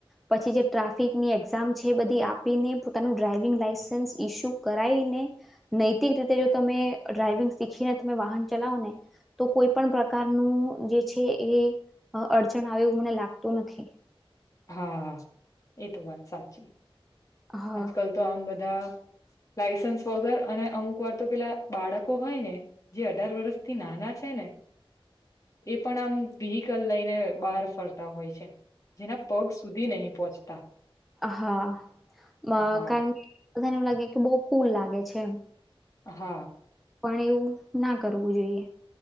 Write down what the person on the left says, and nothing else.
હા હા એ તો વાત સાચી
આજકાલ તો આમ બધા. લાઈસન્સ વગર અને અમુક વાર તો પેલા બાળકો હોય ને જે અઢાર વર્ષથી નાના છે ને એ પણ આમ વ્હીકલ લઈને બહાર ફરતા હોય છે. જેના પગ સુધી. નહી પહોંચતા.
હા
હા.